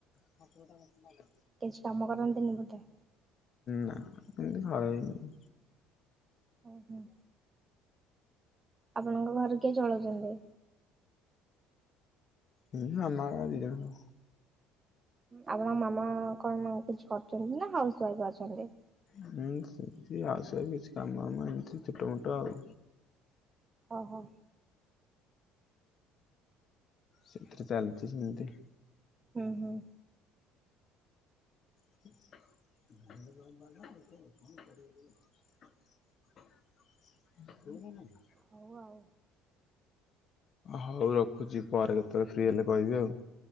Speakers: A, on the left (about 35°); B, on the right (about 20°).
A: <unintelligible> ଓ ବାଇଗଣ।
B: କିଛି କାମ କରନ୍ତିନି ବୋଧେ?
A: ନା ଏମତି ଘରେ ମୁଁ।
B: ଓ ହଁ। ଆପଣଙ୍କ ଘରେ କିଏ ଚଳଉଛନ୍ତି?
A: ହୁଁ, ମାମା, ବାବା ଦିଜଣ।
B: ଆପଣଙ୍କ ମାମା କଣ ମ-କିଛି କରିଚନ୍ତି ନା ହାଉସ୍ ୱାଇଫ୍ ଅଛନ୍ତି?
A: ହୁଁ, ସେମତି ହାଉସ୍ ୱାଇଫ୍ କିଛି କାମ ମାମ ଏମିତି ଛୋଟମୋଟ ଆଉ।
B: ଓହୋ।
A: ସେଇଥିରେ ଚାଲିଚି ସେମିତି।
B: ହଁ, ହଁ।
A: <inaudible> <inaudible>
B: ହଉ ଆଉ।
A: ହଉ ରଖୁଚି ପରେ କେତେବେଳେ ଫ୍ରି ହେଲେ କହିବି ଆଉ।